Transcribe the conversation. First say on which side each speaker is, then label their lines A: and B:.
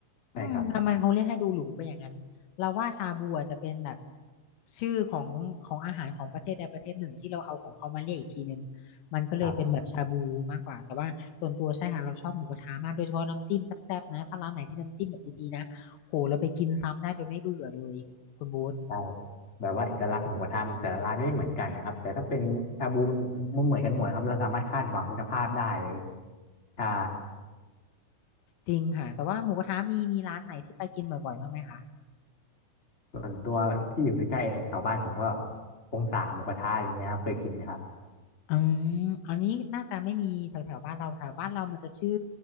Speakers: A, on the left; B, on the left.
A: ใช่ครับ
B: อืมทำไมเขาเรียกให้ดูหรูไปอย่างนั้น เราว่าชาบูอาจจะเป็นแบบชื่อของของอาหารของประเทศใดประเทศหนึ่งที่เราเอาของเขามาเรียกอีกทีหนึ่งมันก็เลยเป็นแบบชาบูมากกว่าแต่ว่าส่วนตัวใช่ค่ะเราชอบหมูกระทะมากโดยเฉพาะน้ำจิ้มแซ่บๆนะ
A: ครับ
B: ถ้าร้านไหนที่น้ำจิ้มแบบดีๆนะโหเราไปกินซ้ำได้โดยไม่เบื่อเลยคุณบูธ
A: ใช่แบบว่าเอกลักษณ์หมูกระทะแต่ละร้านไม่เหมือนกันนะครับแต่ถ้าเป็นชาบูมันมันเหมือนกันหมดครับเราสามารถคาดหวังคุณภาพได้เลยใช่
B: จริงค่ะแต่ว่าหมูกระทะมีมีร้านไหนที่ไปกินบ่อยๆบ้างไหมคะ
A: ส่วนตัวที่อยู่ใกล้ๆแถวบ้านผมก็องศาหมูกระทะอย่างเงี้ยครับเคยกินนะครับ
B: อืมอันนี้น่าจะไม่มีแถวแถวบ้านเราแถวบ้านเรามันจะชื่อ